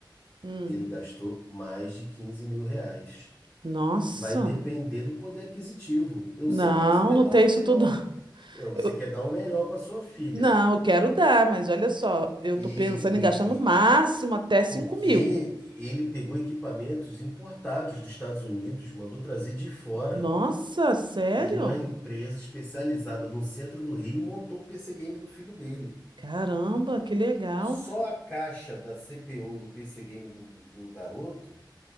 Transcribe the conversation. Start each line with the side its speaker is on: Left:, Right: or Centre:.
Right: Hum.
Left: Ele gastou mais de 15 mil reais.
Right: Nossa,
Left: Vai depender do poder aquisitivo. Eu
Right: não,
Left: sei que você quer
Right: não
Left: dar
Right: tem
Left: o melhor
Right: isso tudo.
Left: para
Right: <laughs>
Left: você
Right: Eu-
Left: quer dar o melhor para sua filha.
Right: não, eu quero dar, mas olha só, eu
Left: E,
Right: tô pensando em gastar no máximo
Left: e-
Right: até cinco
Left: porque
Right: mil.
Left: ele pegou equipamentos importados dos Estados Unidos, mandou trazer de fora.
Right: Nossa, sério?
Left: E uma empresa especializada no centro do Rio montou o PC Game do filho dele.
Right: Caramba, que legal.
Left: Só a caixa da CPU do PC Game do, do garoto